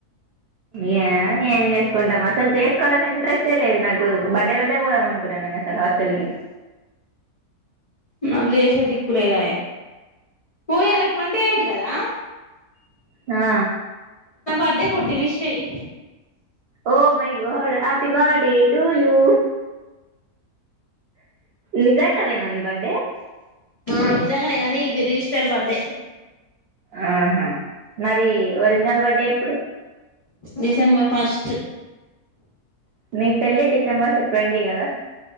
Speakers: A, on the right (about 80°); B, on the left (about 65°).
A: యా ఏం చేసుకుంటాం అసలు చేసుకోవాలని ఇంట్రెస్టే లేదు నాకు బర్త్డే రోజే పోదాం అనుకున్న నేను అసలు హాస్టల్ కి
B: నాకు చేసే దిక్కులేదాయే పో ఇయలా ట్వంటీ ఎయిట్ కదా
A: ఆ
B: నా బర్డే పోట్టి విష్ చేయి
A: oh my god happy birthday to you నిజంగానేన ని బార్డే
B: ఆ నిజాంగానే గానీ ఇది రిజిస్టర్ బర్డే
A: ఆహా మరి ఒరిజినల్ బర్డే ఎప్పుడు
B: డిసెంబర్ ఫస్ట్
A: మీ పెళ్ళి డిసెంబర్ ట్యింటీ కదా